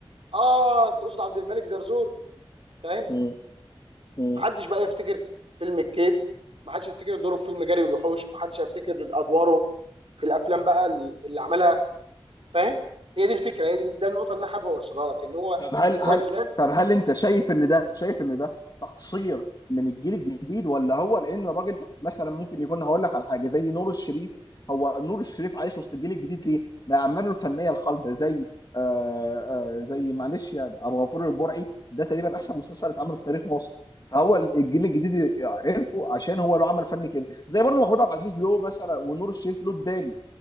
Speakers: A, on the right (about 75°); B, on the left (about 45°).
A: اه تقصد عبد الملك زرزور فاهم
B: مم. مم.
A: محدش بقى يفتكر فيلم الكيف محدش يفتكر دوره في فيلم جري والوحوش محدش هيفتكر ادواره في الافلام بقى اللي عملها فاهم هي دي الفكره هي دي ده النقطه اللي انا حابب اوصلها لك ان هو
B: طب هل
A: الراجل
B: هل
A: ده
B: طب هل انت شايف ان ده شايف ان ده تقصير من الجيل الجديد ولا هو لان الراجل مثلا ممكن يكون هقول لك على حاجه زي نور الشريف هو نور الشريف عايش وسط الجيل الجديد ليه؟ باعماله الفنيه الخالده زي آه آه زي معلش يعني عبد الغفور البرعي ده تقريبا احسن مسلسل اتعمل في تاريخ مصر فهو الجيل الجديد عرفه عشان هو له عمل فني كده زي برضه محمود عبد العزيز له مثلا ونور الشريف له الدالي